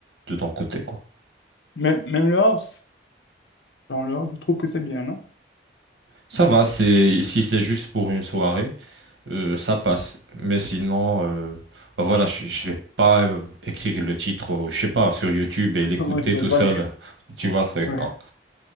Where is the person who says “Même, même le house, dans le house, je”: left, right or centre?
Left